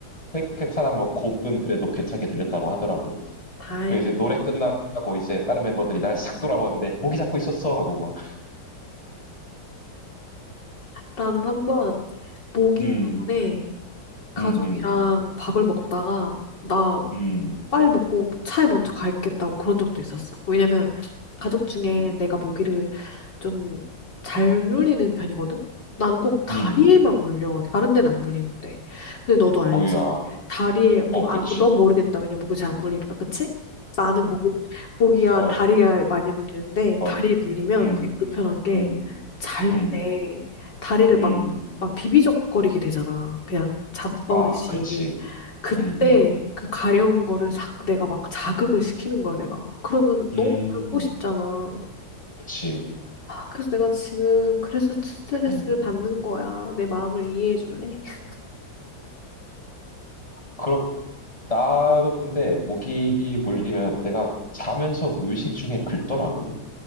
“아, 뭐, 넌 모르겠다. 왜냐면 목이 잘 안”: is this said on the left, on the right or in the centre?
Left